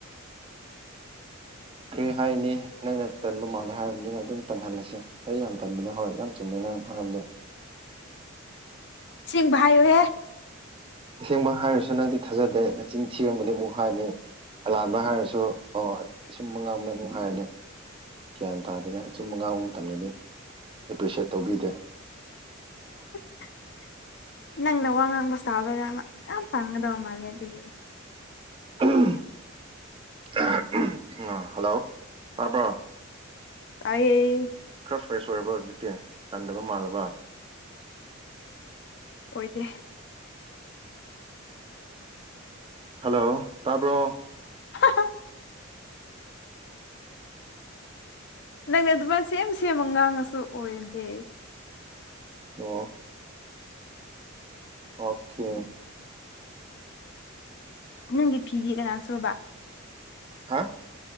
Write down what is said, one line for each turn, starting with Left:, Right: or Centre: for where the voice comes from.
Right: ꯀꯔꯤ ꯍꯥꯏꯅꯤ ꯅꯪꯅ ꯇꯟꯕ ꯃꯥꯜꯂꯦ ꯍꯥꯏꯔꯕꯅꯤꯅ ꯑꯗꯨꯝ ꯇꯟꯍꯜꯂꯁꯦ ꯑꯩ ꯌꯥꯝ ꯇꯟꯕꯅꯦ ꯍꯣꯏ ꯌꯥꯝ ꯆꯨꯝꯃꯦꯅꯤ ꯅꯪ ꯍꯥꯏꯕꯗꯣ
Left: ꯁꯤꯁꯤꯡꯚꯌꯨꯍꯦ
Right: ꯏꯁꯁꯦꯡꯕ ꯍꯥꯏꯔꯁꯨ ꯅꯪꯗꯤ ꯊꯥꯖꯗꯦ ꯅꯆꯤꯟ ꯊꯤꯔꯝꯕꯗꯤ ꯑꯃꯨꯛ ꯍꯥꯏꯅꯤ ꯑꯂꯥꯟꯕ ꯍꯥꯏꯔꯁꯨ ꯑꯣ ꯑꯁꯨꯝ ꯑ ꯉꯥꯡꯕꯗ ꯑꯃꯨꯛ ꯍꯥꯏꯔꯅꯤ ꯒ꯭ꯌꯥꯟ ꯇꯥꯗꯅ ꯑꯆꯨꯝꯕ ꯉꯥꯡꯕ ꯃꯇꯝꯗꯗꯤ ꯑꯦꯄ꯭ꯔꯤꯁꯦꯠ ꯇꯧꯕꯤꯗꯦ
Left: <inaudible> ꯅꯪꯅ ꯋꯥ ꯉꯥꯡꯕꯁꯨ ꯇꯥꯗꯣꯏꯖꯥꯠꯅ ꯌꯥꯝ ꯇꯥꯡꯒꯗꯕ ꯃꯥꯜꯂꯦ ꯑꯗꯨꯒꯤ
Right: ꯎꯝ ꯑ ꯍꯜꯂꯣ ꯇꯄ
Left: ꯀꯥꯏ
Right: ꯈꯔ ꯐ꯭ꯔꯦꯁ ꯑꯣꯏꯔꯕ ꯍꯧꯖꯤꯛꯇꯤ ꯇꯟꯗꯕ ꯃꯥꯜꯂꯕ
Left: ꯑꯣꯏꯗꯦ
Right: ꯍꯜꯂꯣ ꯇꯄꯣ
Left: ꯑ ꯅꯪꯅꯦ ꯑꯗꯨꯃꯥꯏ ꯁꯦꯝ ꯁꯦꯝꯃ ꯉꯥꯡꯉꯁꯨ ꯑꯣꯏꯔꯗꯦ
Right: ꯑꯣ ꯑꯣꯀꯦ
Left: ꯅꯪꯒꯤ ꯐꯤꯗꯤ ꯀꯅꯥꯅ ꯁꯨꯕ
Right: ꯍꯥ